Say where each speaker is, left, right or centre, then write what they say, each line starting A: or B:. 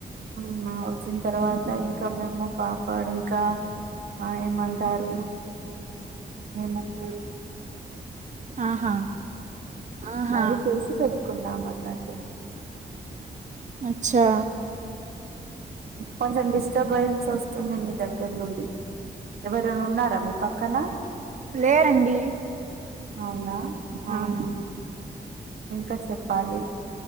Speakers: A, on the right; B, on the right.
A: ఉనా వచ్చిన తర్వాత ఇంకా మిము పా పాడుంకా ఆ ఏమంటారు ఏమంటారు
B: ఆహా ఆహా
A: అవి చేసి పెట్ కున్నాను అన్నట్టు
B: అచ్చా
A: కొంచెం డిస్టర్బెన్స్ వస్తుంది మీ దగ్గర నుండి ఎవరు అన్నా ఉన్నారా మీ పక్కన
B: లేరండి
A: అవునా ఆహహ
B: అవును
A: ఇంకా చెప్పాలి